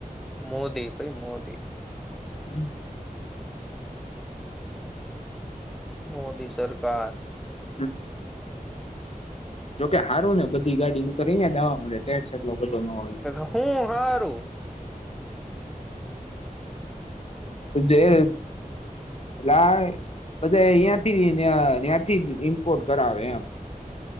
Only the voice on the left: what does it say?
હમ <inaudible>
હમ જોકે હારું ને બધી ગાડીનુ તો યાદ આવા મળે ટેક્સ એટલો બધો ન હોય
જેટ લાગ બધા અયાથી અ અયાથી ત્યાથી ઇમ્પોર્ટ કરાવે એમ